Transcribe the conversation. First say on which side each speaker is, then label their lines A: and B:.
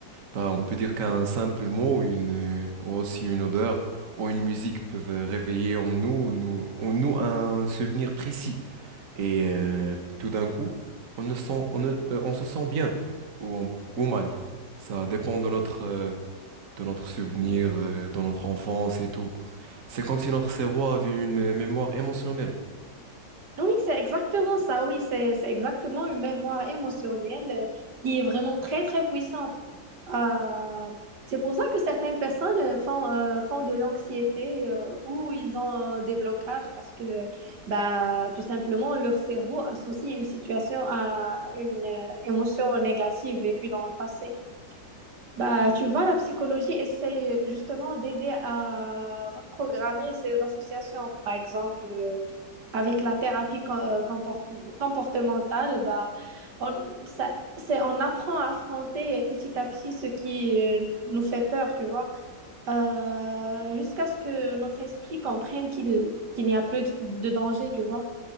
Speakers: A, on the right; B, on the right.
A: Bah, on peut dire qu'un simple mot, une, euh, ou aussi une odeur ou une musique peuvent réveiller en nous, nous, en nous un souvenir précis. Et euh, tout d'un coup, on ne sent, on, ne- euh, on se sent bien ou, on- ou mal. Ça dépend de notre, euh, de notre souvenir, euh, de notre enfance et tout. C'est comme si notre cerveau avait une euh, mémoire émotionnelle.
B: Oui, c'est exactement ça. Oui, c'est, c'est exactement une mémoire émotionnelle euh, qui est vraiment très, très puissante. Euh, c'est pour ça que certaines personnes euh, font, euh, font de l'anxiété euh, ou ils ont euh, des blocages parce que bah, tout simplement leur cerveau associe une situation à une euh, émotion négative vécue dans le passé. Bah, tu vois, la psychologie essaye justement d'aider à reprogrammer ces associations. Par exemple, euh, avec la thérapie com- euh, comport- comportementale, bah, on, ça, c'est, on apprend à affronter petit à petit ce qui euh, nous fait peur, tu vois, Euh, jusqu'à ce que notre esprit comprenne qu'il qu'il n'y a plus de de danger, tu vois.